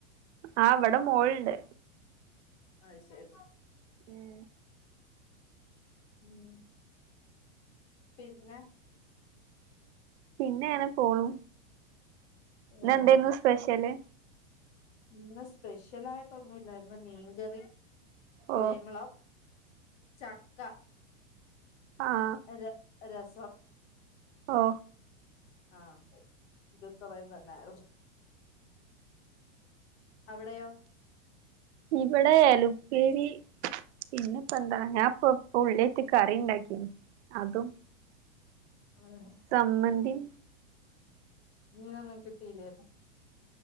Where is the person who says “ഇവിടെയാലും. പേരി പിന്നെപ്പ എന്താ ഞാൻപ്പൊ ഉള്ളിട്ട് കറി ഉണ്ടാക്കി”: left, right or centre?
Right